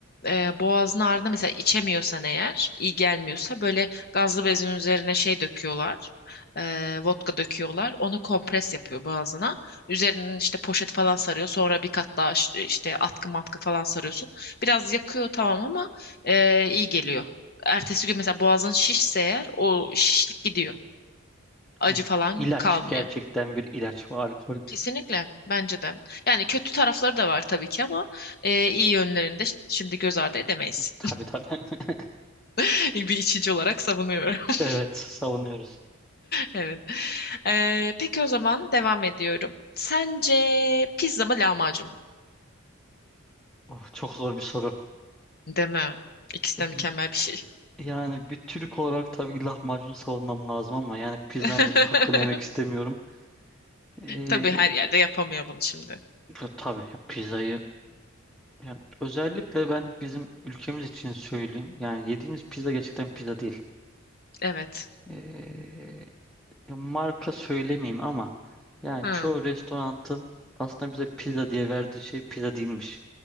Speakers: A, on the left; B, in the centre.
A: e, boğazın ağrıda mesela içemiyorsan eğer, iyi gelmiyorsa böyle gazlı bezin üzerine şey döküyorlar. E, vodka döküyorlar. Onu kompres yapıyor boğazına. Üzerinin işte poşet falan sarıyor. Sonra bir kat daha ş- e, işte atkı matkı falan sarıyorsun. Biraz yakıyor tamam ama e, iyi geliyor. Ertesi gün mesela boğazın şişse eğer o şişlik gidiyor. Acı
B: Yani
A: falan
B: ilaç
A: kalmıyor.
B: gerçekten bir ilaç ve alkol.
A: Kesinlikle bence de. Yani kötü tarafları da var tabii ki ama e, iyi yönlerini de ş- şimdi göz ardı edemeyiz.
B: Tabii tabii. <laughs>
A: <laughs> Bir içici olarak savunuyorum. <laughs>
B: Evet, savunuyoruz.
A: Evet. E, peki o zaman devam ediyorum. Sence pizza mı lahmacun mu?
B: Oh, çok zor bir soru.
A: Değil mi? İkisi
B: E,
A: de mükemmel bir şey.
B: Yani bir Türk olarak tabii ki lahmacunu savunmam lazım ama yani
A: <laughs>
B: pizzanın da şimdi hakkını yemek istemiyorum. E,
A: Tabii her yerde yapamıyor bunu şimdi.
B: ya tabii ya pizzayı yani özellikle ben bizim ülkemiz için söyleyeyim. Yani yediğimiz pizza gerçekten pizza değil.
A: Evet.
B: E, ya marka söylemeyeyim ama yani
A: Hı.
B: çoğu restoranın aslında bize pizza diye verdiği şey pizza değilmiş.